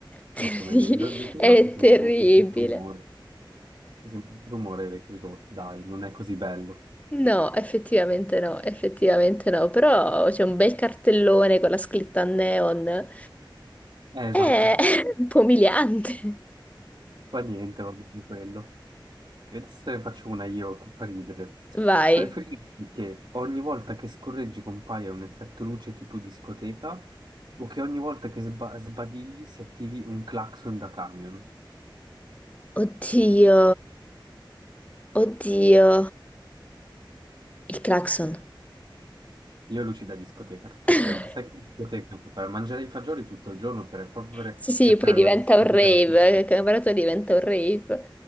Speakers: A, on the left; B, on the right.
A: Terri-
B: Molto meglio. I ro- i vetri
A: <laughs> È
B: rotti sono
A: terribile.
B: brutto, brutto rumore. Sì, sì, brutto rumore i vetri rotti, dai, non è così bello.
A: No, effettivamente no, effettivamente no, però c'è un bel cartellone con la scritta a neon.
B: Eh, esatto.
A: È <laughs> un po' umiliante.
B: Fa niente, va bene quello. E adesso te ne faccio una io che fa ridere.
A: Vai.
B: Preferiresti che ogni volta che scorreggi compaia un effetto luce tipo discoteca o che ogni volta che sba- sbadigli si attivi un clacson da camion?
A: Oddio, oddio. Il clacson.
B: Io luci da discoteca tutto il tempo.
A: <laughs>
B: Sai che in discoteca puoi fare? Mangiare i fagioli tutto il giorno per, proprio per,
A: Sì, sì,
B: per
A: poi
B: creare
A: diventa
B: una discoteca
A: un rave,
B: dappertutto.
A: il camerato diventa un rave.